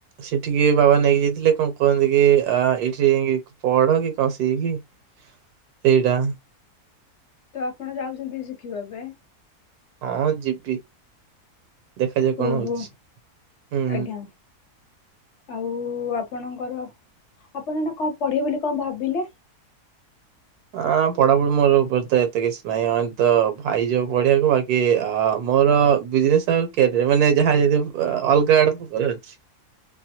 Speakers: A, on the right; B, on the left.
A: ସେଠିକି ବାବା ନେଇକି ଯାଇଥିଲେ, କଣ କୁହନ୍ତି କି, ଆ ଏଇଠି ଯାଇକି ପଢ଼ କି କଷି ହେଇକି ସେଇଟା
B: ତ, ଆପଣ ଯାଉଛନ୍ତି ଶିଖିବା ପାଇଁ।
A: ହଁ, ଯିବି। ଦେଖାଯାଉ କଣ
B: ଓହୋ
A: ହଉଛି, ହୁଁ।
B: ଆଜ୍ଞା। ଆଉ ଆପଣଙ୍କର, ଆପଣ ଏଇନା କଣ ପଢ଼ିବେ ବୋଲି କଣ ଭାବିଲେ?
A: ହଁ, ପଢ଼ାପଢ଼ି ମୋର ଉପରେ ତ ଏତେ କିଛି ନାହିଁ, ତ ଭାଇ ଯିବ ପଢ଼ିବାକୁ, ବାକି କି ଆ-ଆ, ମୋର ବିଜନେସ୍‌ର କ୍ୟାରିୟର୍, ମାନେ ଯାହା ଯଦି ଅଲଗା ଆଡ଼କୁ ଅଛି।